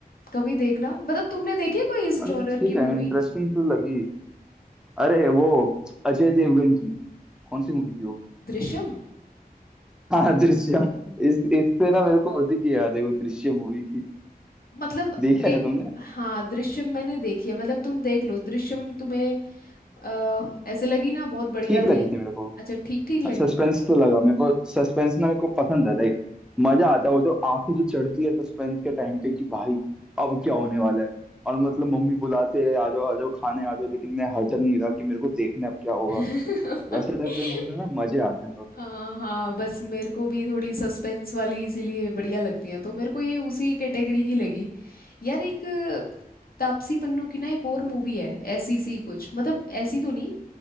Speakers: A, on the left (about 65°); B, in the centre.
A: कभी देखना मतलब तुमने देखी है कोई इस
B: अरे
A: जॉनर
B: ठीक
A: की मूवी
B: है इंटरेस्टिंग तो लगी अरे वो अजय देवगन की कौन सी मूवी थी वो
A: दृश्यम
B: हाँ दृश्यम इस इससे ना मेरे को उसी की याद है वो दृश्यम मूवी की
A: मतलब
B: देखी
A: देख
B: है ना तुमने
A: हाँ दृश्यम मैंने देखी है मतलब तुम देख लो दृश्यम तुम्हें अ, ऐसे लगी ना बहुत बढ़िया
B: ठीक लगी
A: थी
B: थी मेरे को
A: अच्छा ठीक ठीक लगी
B: सस्पेंस तो लगा मेरे को सस्पेंस ना मेरे को पसंद है लाइक मजा आता है वो तो आंखें जो चढ़ती है सस्पेंस के टाइम पे कि भाई अब क्या होने वाला है और मतलब मम्मी बुलाते रहे आ जाओ आ जाओ खाने आ जाओ लेकिन मैं हचर नहीं रहा कि मेरे को देखना है अब क्या होगा
A: <laughs>
B: वैसे टाइप के मूवीज में ना मजे आते हैं थोड़े
A: हाँ हाँ बस मेरे को भी थोड़ी सस्पेंस वाली इसीलिए बढ़िया लगती है तो मेरे को ये उसी कैटेगरी की लगी यार एक अ, तापसी पन्नू की ना एक और मूवी है ऐसी सी कुछ मतलब ऐसी तो नहीं